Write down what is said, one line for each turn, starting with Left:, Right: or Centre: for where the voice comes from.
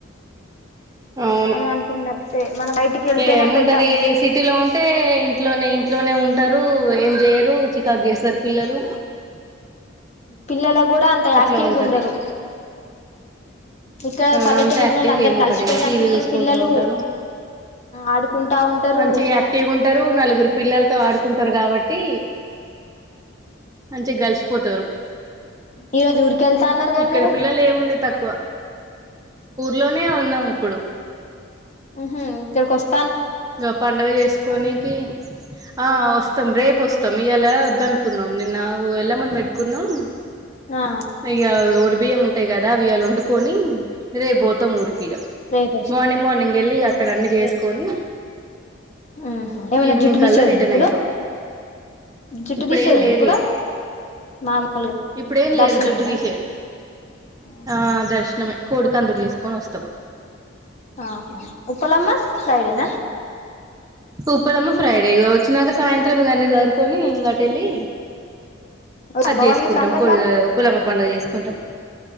Right: <inaudible> అవును
Left: మనం అనుకున్నప్పుడే మనం బయటికి వెళ్తేనే
Right: ఏముంటది
Left: పెద్ద
Right: సిటీలో ఉంటే ఇంట్లోనే ఇంట్లోనే ఉం టారు ఏం చేయరు చికాకు చేస్తారు పిల్లలు
Left: పిల్లలకు కూడా అంత
Right: అట్లా
Left: యాక్టివ్
Right: ఉంటది
Left: గా ఉండరు ఇక్కడ
Right: ఆ
Left: పల్లెటూర్ల
Right: అంత యాక్టివ్గా
Left: ఉన్నోళ్లు అందరూ
Right: ఏముంటారు
Left: కలిసి
Right: ఇక
Left: పోయినట్టు
Right: టీవీ
Left: ఉంటారు
Right: చూసుకుంటా
Left: పిల్లలు
Right: ఉంటారు
Left: ఆడుకుంటా ఉంటారు
Right: మంచిగా యాక్టివ్గా ఉంటారు నలుగురు పిల్లలతో ఆడుకుంటారు కాబట్టి మంచిగా గలిచిపోతారు
Left: ఈ రోజు ఊరికెళ్తా అన్నారు కదా
Right: ఇక్కడ
Left: మీరు
Right: పిల్లలు ఏముంది తక్కువ ఊర్లోనే ఉన్నాం ఇప్పుడు
Left: ఉహు ఇక్కడికి వస్
Right: గా పండగ చేసుకోనికి ఆ వస్తాం రేపు వస్తాం ఇయ్యాల వద్దు అనుకున్నాం నిన్న ఎల్లమ్మను పెట్టుకున్నాం
Left: ఆ
Right: ఇగా ఒడి బియ్యం ఉంటాయి కదా అయ్యి ఇవ్వాలా వండుకొని రేపు పోతాం ఊరి ఇగా
Left: రేపు
Right: మార్నింగ్ మార్నింగ్ వెళ్ళి అక్కడ అన్ని చేసుకొని
Left: రే ఉహు ఏమన్నా
Right: ఈవినింగ్
Left: జుట్టు
Right: కల్లా
Left: తీసేది
Right: రిటర్న్
Left: ఉందా ఇప్పుడు
Right: అయితాం
Left: జుట్టు
Right: ఇప్పుడేం
Left: తీసేది ఉందా
Right: లేదు
Left: ఇప్పుడు
Right: ఇగ
Left: మామూలుగా
Right: ఇప్పుడేం లేదు
Left: దర్శనమేనా
Right: జుట్టు తీసేది
Left: ఆహా
Right: ఆ దర్శనమే కోడి కందూరు చేసుకుని వస్తాం
Left: ఆహా ఉప్పలమ్మ ఫ్రైడేనా
Right: ఉప్పలమ్మ ఫ్రైడే ఇగా వచ్చినాక సాయంత్రం ఇగ అన్ని సదురుకొని ఇంగా అటు ఎళ్లి అది
Left: అమ్మ
Right: చేసుకుంటాం
Left: వాళ్ళకి ఇట్లా అందరు
Right: కొడిగా
Left: మరి
Right: ఉప్పలమ్మ పండుగ చేసుకుంటాం